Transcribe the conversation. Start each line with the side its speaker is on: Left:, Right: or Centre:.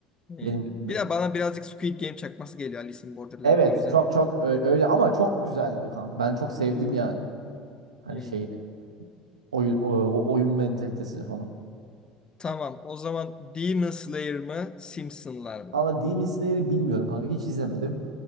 Left: eh,
Right: Benim gözümde.
Left: bir de bana birazcık Squid Game çakması geliyor Alice in Borderland.
Right: Evet
Left: O yüzden
Right: çok çok ö- öyle ama çok güzel be kanka. Ben çok sevdim yani. Hani
Left: hmm.
Right: şeyini. Oy, o, o oyun mentalitesini falan.
Left: Tamam. O zaman Demon Slayer mı Simpsonlar mı?
Right: Ama Demon Slayer'ı bilmiyorum kanka. Hiç izlemedim.